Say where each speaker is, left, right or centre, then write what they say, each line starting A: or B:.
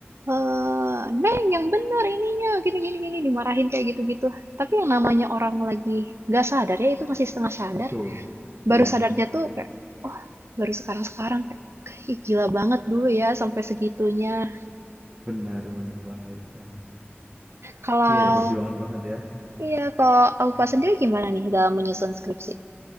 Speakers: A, on the right; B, on the right.
A: eh Neng yang benar ininya gini gini gini dimarahin kayak gitu-gitu. Tapi yang namanya orang lagi nggak sadar ya itu masih setengah sadar.
B: betul.
A: Baru
B: Iya,
A: sadarnya tuh kayak oh baru sekarang-sekarang kayak "Ih, gila banget dulu ya sampai segitunya.
B: benar, benar banget. Ah,
A: Kalau
B: Iya ya, perjuangan banget ya.
A: iya kalau Aufa
B: Nah,
A: sendiri gimana nih dalam menyusun skripsi?